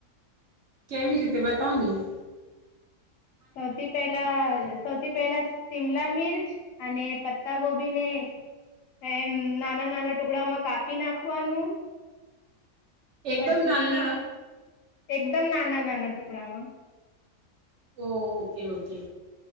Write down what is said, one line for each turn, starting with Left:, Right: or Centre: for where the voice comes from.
Right: કેવી રીતે બતાવની--?
Left: સૌથી પહેલા, સૌથી પહેલા શિમલા મિર્ચ અને પત્તા ગોબી ને, એમ નાના નાના ટુકડામાં કાપી નાખવાનું
Right: એકદમ
Left: પછી
Right: નાના?
Left: એકદમ નાના નાના ટુકડામાં
Right: ઓ ઓકે ઓકે